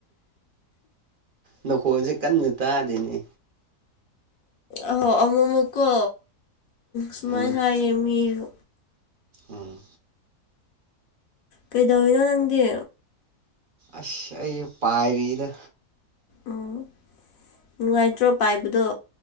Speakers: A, on the right; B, on the left.
A: ꯅꯈꯣꯜꯁꯦ ꯀꯟꯅ ꯇꯥꯔꯤꯅꯦ
B: ꯑ ꯑꯃꯨꯛ ꯑꯃꯨꯛꯀꯣ ꯁꯨꯃꯥꯏꯅ
A: ꯎꯝ
B: ꯍꯥꯏꯌꯦ ꯃꯤꯁꯨ
A: ꯎꯝ
B: ꯀꯩꯗꯧꯔꯤꯤꯅꯣ ꯅꯪꯗꯤ
A: ꯑꯁ ꯑꯩ ꯄꯔꯤꯅ
B: ꯎꯝ ꯅꯨꯡꯉꯥꯏꯇ꯭ꯔꯣ ꯄꯥꯏꯕꯗꯣ